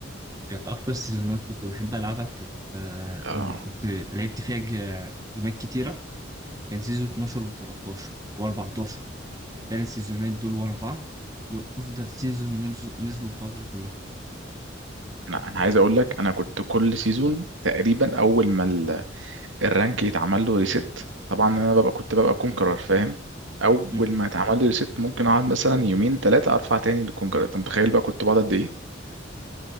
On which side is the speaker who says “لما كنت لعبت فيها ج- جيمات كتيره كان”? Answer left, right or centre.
Right